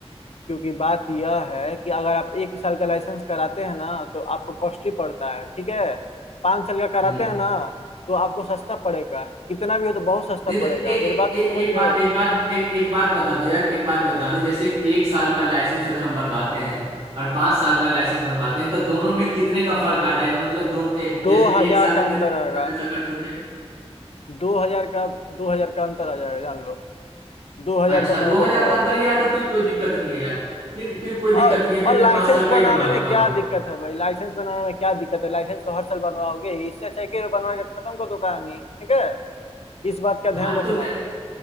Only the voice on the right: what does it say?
हम्म।
नहीं तो
ए, ए,
ए,
एक
बात
एक बात एक, एक बात बता दो यार एक बात बता दो जैसे एक साल का लाइसेंस अगर हम बनवाते हैं और पांच साल का लाइसेंस बनवाते हैं तो दोनों में कितने का फर्क आ जाएगा मतलब दोनों जैसे
एक साल
में मेरा
कितना
पैसा खर्च हो जाएगा
अच्छा
दो
हजार
का अंतर है यार तो फिर कोई दिक्कत नहीं है यार फिर फिर कोई दिक्कत
नहीं है फिर
मैं पांच साल का
ही बनवा लेता
हूँ
हाँ
तो